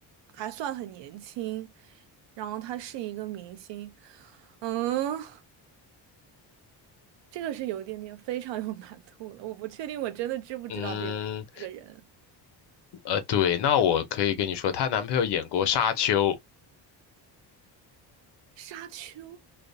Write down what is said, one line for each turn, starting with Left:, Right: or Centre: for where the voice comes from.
Right: 还算很年轻，然后她是一个明星，嗯，这个是有一点点非常有难度了，我不确定我真的知不知道这位这个人，
Left: 嗯，呃，对，那我可以跟你说，她男朋友演过《沙丘》，
Right: 沙丘，